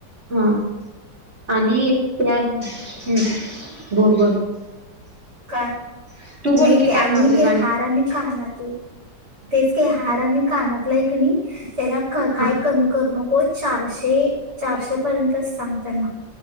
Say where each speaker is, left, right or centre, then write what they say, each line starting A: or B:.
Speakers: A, on the right; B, on the right.
A: हा <unintelligible> आणि त्या हा बोल बोल.
B: काय
A: <unintelligible> <unintelligible>
B: नाही ते
A: काय
B: आणि
A: म्हणालतीस
B: ते हारा आणि कानातल तेच कि हार आणि कानातला एकक नाही त्याला काय
A: हा
B: कमी करू नको. चारशे-चारशे पर्यंतच सांग त्यांना.